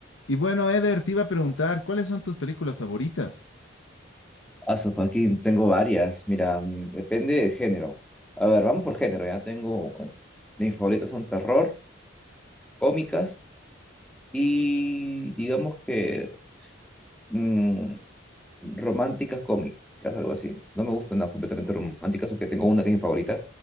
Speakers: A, on the left; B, in the centre.
A: Y bueno, Eder, te iba a preguntar, ¿cuáles son tus películas favoritas?
B: Aso, Joaquín, tengo varias. Mira, mm, depende del género. A ver, vamos por género. Ya tengo, bueno, mis favoritas son terror, cómicas y digamos que mm, románticas cómicas, algo así. No me gustan las completamente románticas, aunque tengo una que es mi favorita,